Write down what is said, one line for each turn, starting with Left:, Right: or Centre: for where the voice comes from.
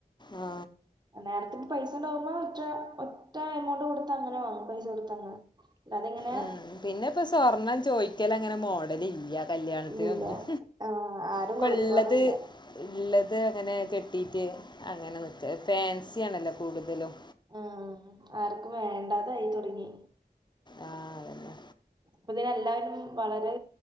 Left: ആ.
Right: നേരത്തെ പൈസ ഉണ്ടാവുമ്പോ ഒറ്റ എമൗണ്ട് കൊടുത്ത് അങ്ങനെ വാങ്ങും പൈസ കൊടുത്ത് അങ്ങനെ അത് ഇങ്ങനെ
Left: ഉം. പിന്നെ ഇപ്പ സ്വർണ്ണം ചോദിക്കൾ അങ്ങനെ മോഡൽ ഇല്ല കല്യാണത്തിനൊന്നും
Right: ഇല്ല ആഹ് ആരും
Left: ഇപ്പ
Right: കൊടുക്കാറുല്ല
Left: ഉള്ളത് ഉള്ളത് അങ്ങനെ കെട്ടീട്ട് അങ്ങനെ നിൽക്ക ഫാൻസി ആണല്ലോ കൂടുതലും
Right: ആ ആർക്കും വേണ്ടാതായി തുടങ്ങി
Left: ആ അതന്നെ
Right: ഇപ്പൊ ഇതിനെ എല്ലാവരും വളരെ